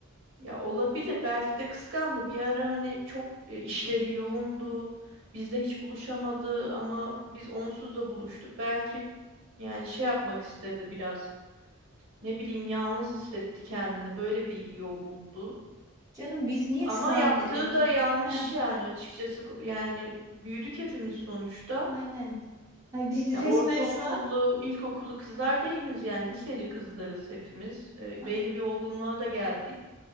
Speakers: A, on the right (about 80°); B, on the right (about 15°).
A: Ya olabilir belki de kıskandı. Bir ara hani çok e, işleri yoğundu. Bizle hiç buluşamadı ama biz onsuz da buluştuk. Belki yani şey yapmak istedi biraz. ne bileyim yalnız hissetti kendini. Böyle bir yol buldu.
B: Canım biz niye
A: Ama
B: şu an
A: yaptığı
B: e,
A: da yanlış
B: ha,
A: yani açıkçası Ko- yani büyüdük hepimiz sonuçta.
B: aynen. Ha, biz
A: Ya
B: resmen
A: ortaokullu,
B: şu an
A: ilkokullu kızlar değiliz yani liseli kızlarız hepimiz. E,
B: a-
A: belli bir olgunluğa da geldik.